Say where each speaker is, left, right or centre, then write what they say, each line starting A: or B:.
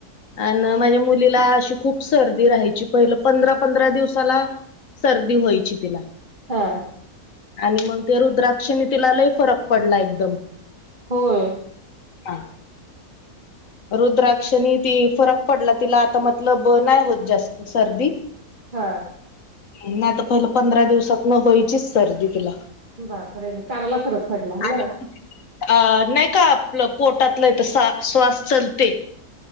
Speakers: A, on the left; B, on the right.
A: आणि माझ्या मुलीला अशी खूप सर्दी राहायची, पहिलं पंधरा पंधरा दिवसाला, सर्दी व्हायची तिला
B: हा
A: आणि मग ते रुद्राक्षने तिला लही फरक पडला एकदम.
B: होय,
A: हा रुद्राक्षनी ती फरकपडला आता म ल ब नाही होत, जास्त सर्दी
B: हा
A: नाही तर पहिलं पंधरा दिवसात, न व्हायचीच सर्दी तुला
B: बापरल चांगला फरक पडला ना.
A: आणि अ नाही का आपलं पोटातलं तर श्वास चलते.